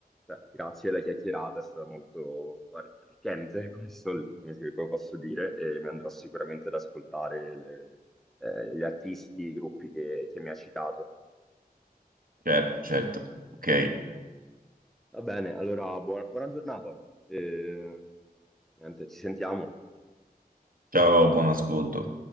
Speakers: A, in the centre; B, on the right (about 60°).
A: cioè, grazie alla chiacchierata, è stata molto arricchente, <laughs> come si suol- come si- come posso dire, e mi andrò sicuramente ad ascoltare le- eh, gli artisti, i gruppi che, che mi ha citato.
B: certo, certo, ok.
A: Va bene, allora buona, buona giornata. eh, niente, ci sentiamo.
B: Ciao, buon ascolto.